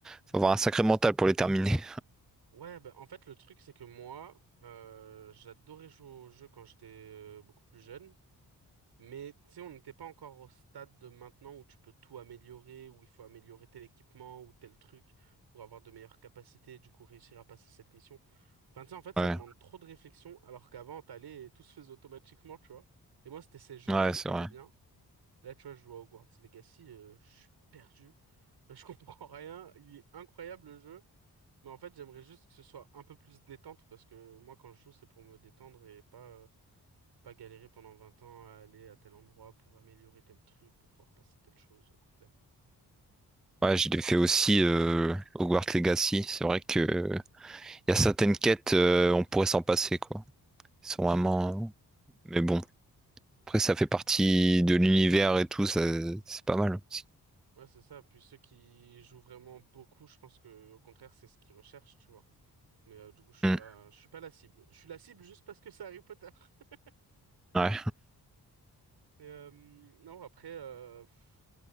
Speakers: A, in the centre; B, on the right (about 80°).
A: faut avoir un sacré mental pour les terminer.
B: Ouais, bah, en fait, le truc, c'est que moi, euh, j'adorais jouer aux jeux quand j'étais euh, beaucoup plus jeune. Mais, tu sais, on n'était pas encore au stade de maintenant où tu peux tout améliorer, où il faut améliorer tel équipement ou tel truc pour avoir de meilleures capacités, et du coup réussir à passer cette mission. Enfin, tu sais, en fait, ça
A: <laughs>
B: demande trop de réflexion, alors qu'avant, t'allais et tout se faisait automatiquement, tu vois. Et moi, c'était ces jeux-là
A: Ouais, ouais,
B: que
A: c'est
B: j'aimais
A: vrai.
B: bien. Là, tu vois, je joue à Hogwarts Legacy, euh, je suis perdu. Je comprends <laughs> rien. Il est incroyable, le jeu. Mais en fait, j'aimerais juste que ce soit un peu plus détente parce que moi, quand je joue, c'est pour me détendre et pas, euh, pas galérer pendant 20 ans à aller à tel endroit pour améliorer tel truc, pour pouvoir passer telle chose. euh, Flemme.
A: Ouais, je l'ai fait aussi euh, Hogwarts Legacy. C'est vrai que euh, y a certaines quêtes, euh, on pourrait s'en passer, quoi. Ils sont
B: Bon,
A: vraiment. Mais bon, après, ça fait partie de l'univers et tout, ça, c'est pas mal aussi.
B: ouais, c'est ça. Puis ceux qui jouent vraiment beaucoup, je pense que au contraire, c'est ce qu'ils recherchent, tu vois. Mais euh, du coup, je suis
A: Hmm,
B: pas, je suis pas la cible. Je suis la cible juste parce que c'est Harry Potter. <laughs>
A: Ouais.
B: Mais euh, non, après, euh, pff,